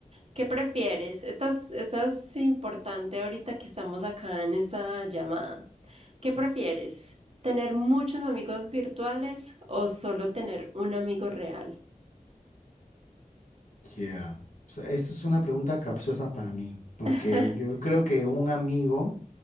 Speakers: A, on the right (about 45°); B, on the left (about 65°).
A: ¿Qué prefieres? Esta es, esta es importante ahorita que estamos acá en esta llamada. ¿Qué prefieres? ¿Tener muchos amigos virtuales o solo tener un amigo real?
B: Yeah. O sea, esa es una pregunta capciosa para mí, porque
A: <laughs>
B: yo creo que un amigo